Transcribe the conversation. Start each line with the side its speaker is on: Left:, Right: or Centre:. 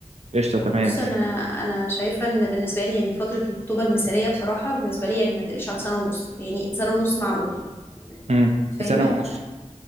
Right: قشطة تمام
Left: بص انا انا شايفه ان بالنسبه لي يعني فتره الخطوبه المثاليه بصراحه بالنسبه لي يعني ما تقلش عن سنه ونص يعني سنه ونص معقول
Right: امم
Left: فاهمني
Right: سنة ونص